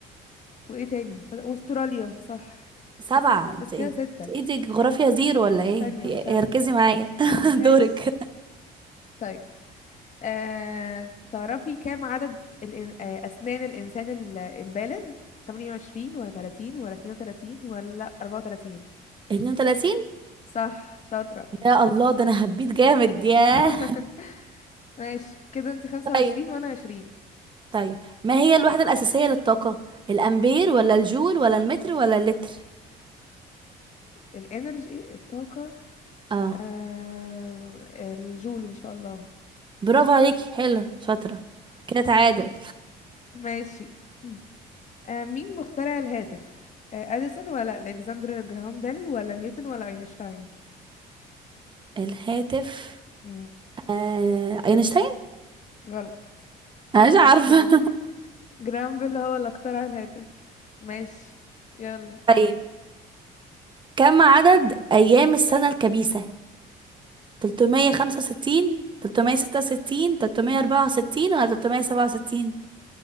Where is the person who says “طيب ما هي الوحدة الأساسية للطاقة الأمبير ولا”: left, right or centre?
Right